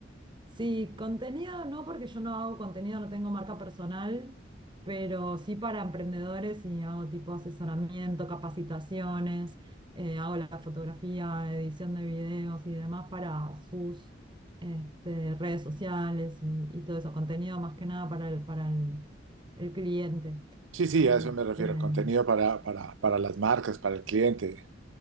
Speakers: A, on the right; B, on the right.
A: Sí, contenido no, porque yo no hago contenido, no tengo marca personal, pero sí para emprendedores y hago tipo asesoramiento, capacitaciones, eh, hago la fotografía, edición de videos y demás para sus este, redes sociales y, y todo eso, contenido más que nada para el, para el, el cliente.
B: Sí, sí,
A: Este,
B: a eso me refiero, contenido para, para, para las marcas, para el cliente.